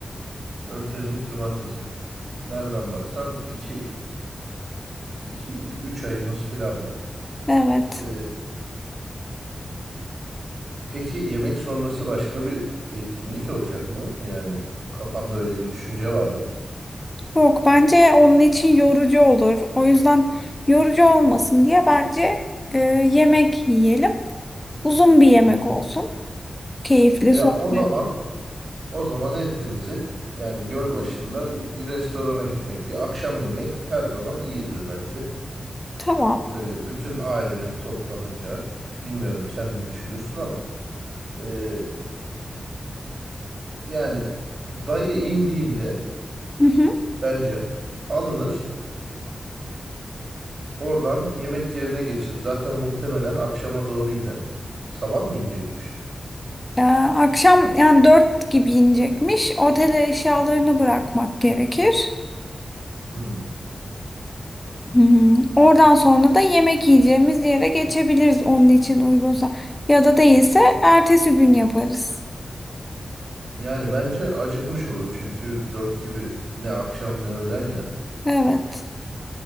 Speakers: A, on the right; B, on the left.
A: 4 Temmuz Cumartesi. Nereden baksan iki iki 3 ayımız falan var.
B: Evet.
A: Ee, Peki yemek sonrası başka bir etkinlik olacak mı? Yani kafamda öyle bir düşünce var mı?
B: Yok bence onun için yorucu olur. O yüzden yorucu olmasın diye bence e, yemek yiyelim. Uzun bir yemek
A: Hı hı.
B: olsun. Keyifli
A: Ya
B: sohbet.
A: o zaman o zaman en temizi yani göl başında bir restorana gitmek. Bir akşam yemeği her zaman iyidir bence.
B: Tamam.
A: Böyle bütün ailenin toplanacağı. Bilmiyorum sen ne düşünürsün ama e, yani dayı indiğinde
B: Hı hı.
A: bence alınır. Oradan yemek yerine geçir. Zaten muhtemelen akşama doğru iner. Sabah mı inecekmiş?
B: E, akşam yani dört gibi inecekmiş. Otele eşyalarını bırakmak gerekir.
A: Hmm.
B: Hı hı. Oradan sonra da yemek yiyeceğimiz yere geçebiliriz onun için uygunsa. Ya da değilse ertesi gün yaparız.
A: Yani bence acıkmış olur çünkü dört gibi ne akşam ne öğlen ya.
B: Evet.